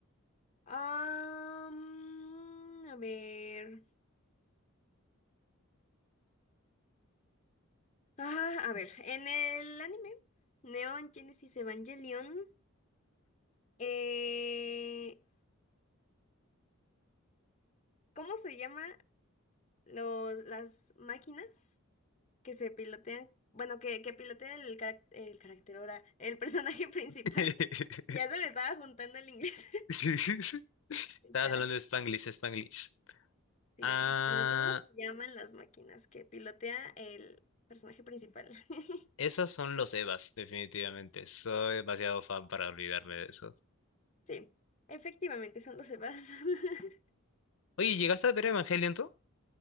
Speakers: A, on the left; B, on the left.
A: Am, a ver. Ah, a ver, en el anime Neon Genesis Evangelion, eh, ¿cómo se llama los, las máquinas? que se pilotean, bueno, que, que pilotea el, carac- el carácter ahora, el personaje principal.
B: <laughs>
A: <laughs> Ya se me estaba juntando el inglés.
B: Sí, sí, sí.
A: <laughs> El
B: Estabas
A: carácter,
B: hablando de Spanglish, Spanglish.
A: sí,
B: Ah,
A: no. Pero ¿cómo se llaman las máquinas que pilotea el personaje principal? <laughs>
B: esos son los Evas, definitivamente. Soy demasiado fan para olvidarme de esos.
A: Sí, efectivamente son los Evas. <laughs>
B: Oye, ¿llegaste a ver Evangelion tú?